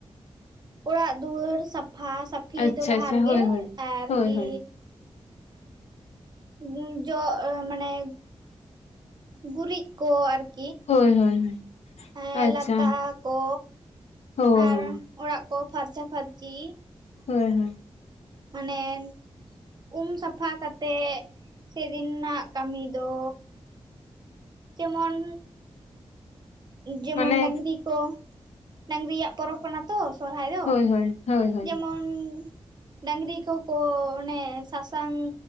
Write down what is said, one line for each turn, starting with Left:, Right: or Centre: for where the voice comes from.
Right: ᱚᱲᱟᱜ ᱫᱩᱣᱟᱹᱨ ᱥᱟᱯᱷᱟ ᱥᱟᱯ ᱯᱷᱤ
Left: ᱟᱪᱪᱷᱟ
Right: ᱫᱚ ᱞᱟᱦᱟ
Left: ᱟᱪᱪᱷᱟ
Right: ᱨᱮᱜᱮ
Left: ᱦᱳᱭ ᱦᱳᱭ
Right: ᱟᱨᱠᱤ
Left: ᱦᱳᱭ ᱦᱳᱭ
Right: ᱮᱸᱠ ᱡᱚᱜ ᱢᱟᱱᱮ ᱜᱩᱨᱤᱡ ᱠᱚ ᱟᱨᱠᱤ
Left: ᱦᱳᱭ ᱦᱳᱭ ᱦᱳᱭ᱾
Right: ᱦᱮᱸ
Left: ᱟᱪᱪᱷᱟ
Right: ᱞᱟᱛᱟ ᱠᱚ
Left: ᱦᱳᱭ
Right: ᱟᱨ
Left: ᱦᱳᱭ
Right: ᱚᱲᱟᱜ ᱠᱚ ᱯᱷᱟᱨᱪᱟ ᱯᱷᱟᱹᱨᱪᱤ
Left: ᱦᱳᱭ ᱦᱳᱭ᱾
Right: ᱢᱟᱱᱮ ᱩᱢ ᱥᱟᱯᱷᱟ ᱠᱟᱛᱮᱜ ᱥᱮᱫᱤᱱ ᱱᱟᱜ ᱠᱟᱹᱢᱤ ᱫᱚ ᱡᱮᱢᱚᱱ ᱡᱮᱢᱚᱱ
Left: ᱢᱟᱱᱮ
Right: ᱰᱟᱝᱨᱤ ᱠᱚ ᱰᱟᱝᱨᱤᱭᱟᱜ ᱯᱚᱨᱚᱵᱽ ᱠᱟᱱᱟ ᱛᱚ ᱥᱚᱨᱦᱟᱭ ᱫᱚ᱾
Left: ᱦ ᱦᱳ
Right: ᱡᱮᱢᱚᱱ ᱰᱟᱝᱨᱤ ᱠᱚᱠᱚ ᱚᱱᱮ ᱥᱟᱥᱟᱝ